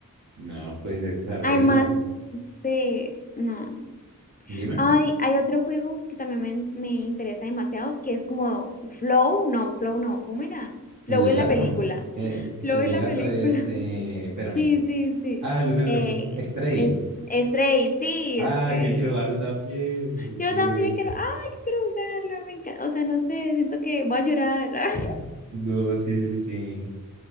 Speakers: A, on the right; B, on the left.
A: No, pues eso se arregla.
B: Además, sé, no.
A: Dime,
B: Ay, hay otro juego que también me, me interesa demasiado, que es como Flow, no, Flow no, ¿cómo era? Flow
A: el del
B: es
A: gato.
B: la película.
A: Eh,
B: <laughs> Flow
A: el
B: es
A: del
B: la
A: gato,
B: película.
A: este,
B: <laughs>
A: espérame.
B: Sí, sí, sí.
A: Ah, lo tengo
B: Eh,
A: en la punta. Stray.
B: es Stray, sí,
A: Ah,
B: Stray.
A: yo quiero jugarlo también.
B: Yo
A: Ujú.
B: también quiero, ay, que quiero jugarlo, me encanta. O sea, no sé, siento que voy a llorar. <laughs>
A: No, sí, sí, sí.